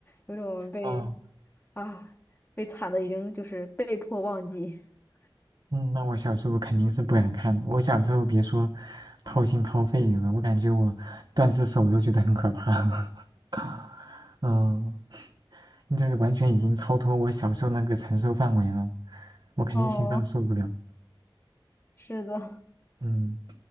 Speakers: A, on the left (about 20°); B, on the right (about 50°).
A: 有种被
B: 哦，
A: 啊被惨的已经就是被迫忘记。<laughs>
B: 嗯，那我小时候肯定是不敢看的。我小时候别说掏心掏肺了，我感觉我断只手都觉得很可怕。<laughs> 嗯，就是完全已经超脱我小时候那个承受范围了，我肯定心脏受不了。
A: 哦，是的，
B: 嗯